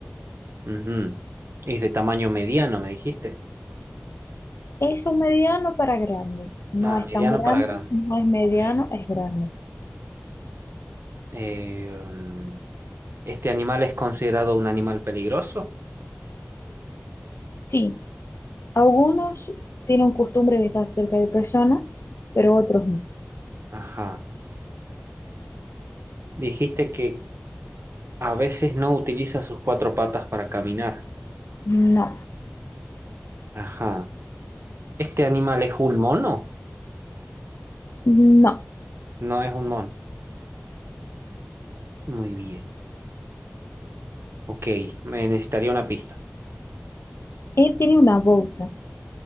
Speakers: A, on the right (about 80°); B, on the left (about 80°).
A: Ujú. Es de tamaño mediano, me dijiste.
B: es un mediano para grande. No
A: Ah,
B: es
A: mediano
B: tan grande,
A: para grande.
B: no es mediano,
A: Ok.
B: es grande.
A: Eh, um, este animal es considerado un animal peligroso.
B: Sí. Algunos tienen costumbre de estar cerca de personas, pero otros no.
A: Ajá. Dijiste que a veces no utiliza sus cuatro patas para caminar.
B: No,
A: Ajá. Este animal es un mono.
B: no.
A: No es un mono. Muy bien. Ok, me necesitaría una pista.
B: Él tiene una bolsa.